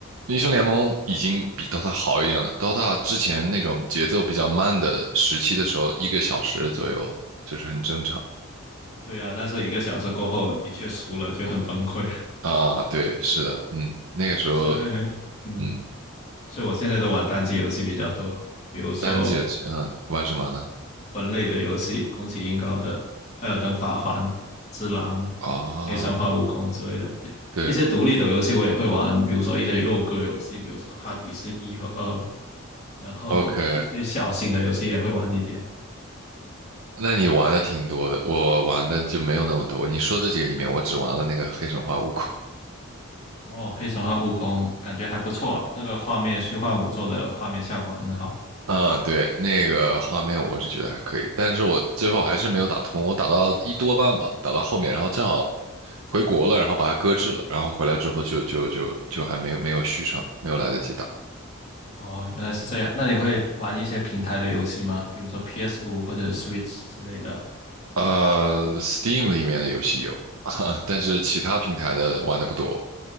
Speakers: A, on the right; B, on the left.
A: 英雄联盟已经比 DOTA 好一点了。DOTA 之前那种节奏比较慢的时期的时候，一个小时左右就是很正常
B: 对啊，但是一个小时过后，你却输了，就很崩溃。
A: 啊。对，是的，嗯，那个时候，
B: <laughs> 所以，嗯，
A: 嗯，
B: 所以我现在都玩单机游戏比较多，比如说
A: 单机游戏嗯，玩什么呢？
B: 魂类的游戏，恭喜英高的《艾尔登法环》《只狼》
A: 啊，
B: 《黑神话：悟空》之类的，
A: 对
B: 一些独立的游戏我也会玩，比如说一些肉鸽游戏，比如说《哈迪斯一》和《二》，然后一些小型的游戏也会玩一点。
A: ，OK，那你玩的挺多的，我玩的就没有那么多。你说这几个里面，我只玩了那个黑神话悟空。
B: 哦，《黑神话：悟空》感觉还不错，那个画面虚幻五做的画面效果很好。
A: 嗯，对，那个画面我是觉得还可以，但是我最后还是没有打通，我打到一多半吧，打到后面，然后正好回国了，然后把它搁置了，然后回来之后就就就就还没有没有续上，没有来得及打。
B: 哦，原来是这样。那你会玩一些平台的游戏吗？比如说 p s 五或者 Switch 之类的？
A: 呃，Steam 里面的游戏有，<laughs> 但是其他平台的玩的不多。